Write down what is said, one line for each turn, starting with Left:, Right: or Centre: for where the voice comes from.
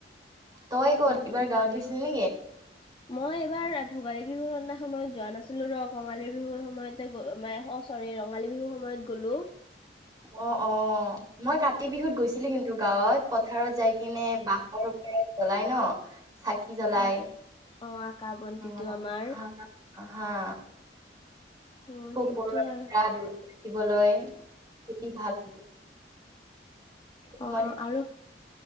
Right: তই ক'ত
Left: অ
Right: এইবাৰ
Left: সেই
Right: গাঁৱত গৈছিলি নেকি
Left: মই এইবাৰ ভোগালী বিহুৰ দিনা খন মই যোৱা নাছিলো ৰ কঙালী বিহুৰ সময়তে গ মানে অ চৰি ৰঙালী বিহু সময়ত গ'লো
Right: অ অ মই কাতি বিহুত গৈছিলো আছিলি কিন্তু গাঁৱত পথাৰত যাই কিনে বাঁহৰ ওপৰত জ্বলাই ন চাকি জ্বলাই
Left: অ অ আকাশ বন্তিটো
Right: অ
Left: আমাৰ
Right: হা হা
Left: অ
Right: পোক
Left: সেইটোয়ে
Right: পৰুৱা
Left: আৰু
Right: দূৰত ৰাখিবলৈ খেতি ভাল সময়ত
Left: অ আৰু